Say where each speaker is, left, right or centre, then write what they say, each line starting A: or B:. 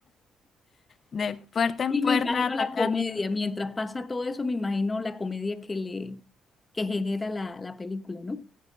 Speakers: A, on the left; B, on the left.
A: De puerta en
B: Y
A: puerta,
B: me imagino la
A: tocando.
B: comedia, mientras pasa todo eso, me imagino la comedia que le que genera la, la película, ¿no?